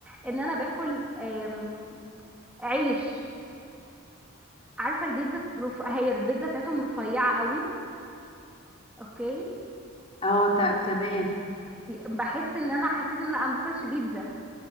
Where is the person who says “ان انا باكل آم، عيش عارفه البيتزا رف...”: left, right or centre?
Centre